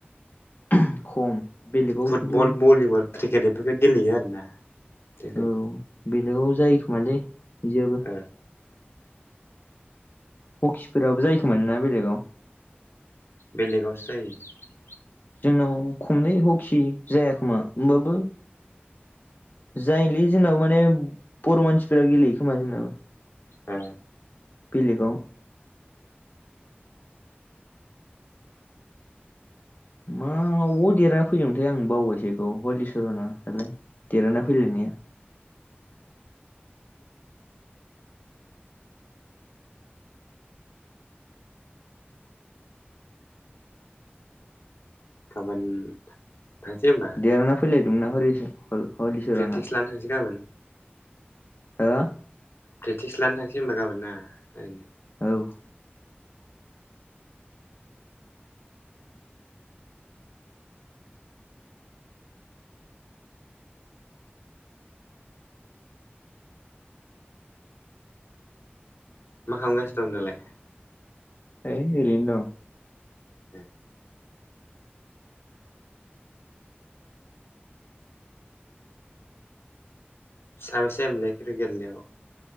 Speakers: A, on the left; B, on the left.
A: <unintelligible> खम बेलेगाव
B: फुटबल
A: खिन्थु
B: भलिबल क्रिकेट एफोरखौ गेलेयो आरोना जोंखै
A: औ बेलेगाव जायोखोमालै बिदियाबो
B: ओ
A: ह'किफोराबो जायोखोमोलै ना बेलेगाव
B: बेलेगावसो जायो।
A: जोंनाव खमलै हकि जायाखोमा होमबाबो जायोलै जोंनाव माने बर' मानसिफोरा गेलेयो खोमा जोंनाबो
B: ए
A: बेलेगाव मावबो देरहाना फैदोंमोनथाय आं बावबायसो बिखौ हलिचरना दालाय देरहाना फैलायनाया
B: गाबोन थांसै होमबा
A: देरहाना फैलायदोंमोनना हरि-हल-हलिचरना
B: प्रेक्टिस लानो थांसै गाबोन
A: हा?
B: प्रेकटिस लानो थांसै होमबा गाबो ना ओरैनो
A: औ।
B: मा खालामगासिनो दं दालाय?
A: है ओरैनो दं।
B: ह साबेसे जायामोनलाइ क्रिकेट गेलेनायाव